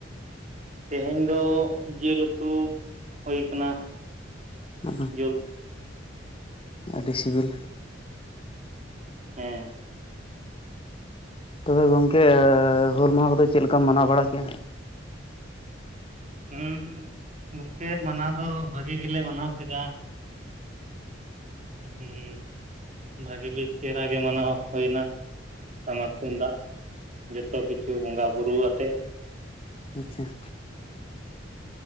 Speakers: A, on the right; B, on the left.
A: ᱛᱮᱦᱮᱧ ᱫᱚ ᱡᱤᱞ ᱩᱛᱩ ᱦᱩᱭ ᱠᱟᱱᱟ᱾
B: ᱚ,
A: ᱡᱤᱞ
B: ᱟᱹᱰᱤ ᱥᱤᱵᱤᱞ᱾
A: ᱦᱮᱸ᱾
B: ᱛᱚᱵᱮ ᱜᱚᱝᱠᱮ ᱦᱩᱞ ᱢᱟᱦᱟ ᱠᱚᱫᱚ ᱪᱮᱫ ᱞᱮᱠᱟᱢ ᱢᱟᱱᱟᱣ ᱵᱟᱲᱟ ᱠᱮᱜ-ᱟ?
A: ᱦᱩᱸ, ᱜᱚᱝᱠᱮ ᱢᱟᱱᱟᱣ ᱫᱚ ᱵᱷᱟᱜᱤ ᱜᱮᱞᱮ ᱢᱟᱱᱟᱣ ᱠᱮᱫᱟ᱾ ᱦᱩᱸ, ᱵᱷᱟᱹᱜᱤ ᱵᱮᱥ ᱪᱮᱦᱨᱟ ᱜᱮ ᱢᱟᱱᱟᱣ ᱦᱩᱭᱱᱟ ᱴᱟᱢᱟᱠ ᱛᱩᱢᱫᱟᱜ᱾ ᱡᱚᱛᱚ ᱠᱤᱪᱷᱩ ᱵᱚᱸᱜᱟ ᱵᱩᱨᱩᱣᱟᱛᱮᱫ᱾
B: ᱟᱪᱪᱷᱟ᱾